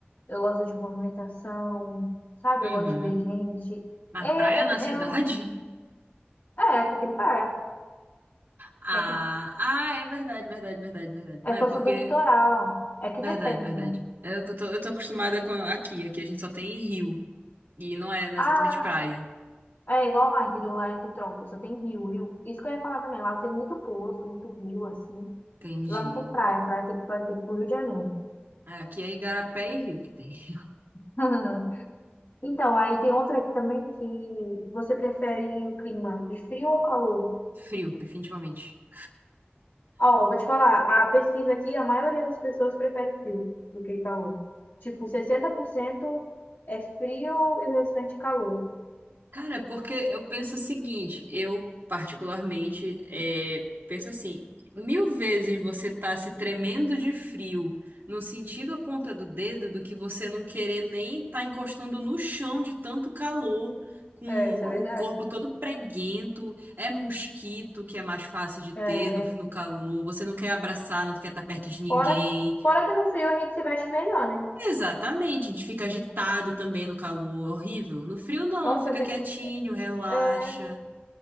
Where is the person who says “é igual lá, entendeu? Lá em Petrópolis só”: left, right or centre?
Left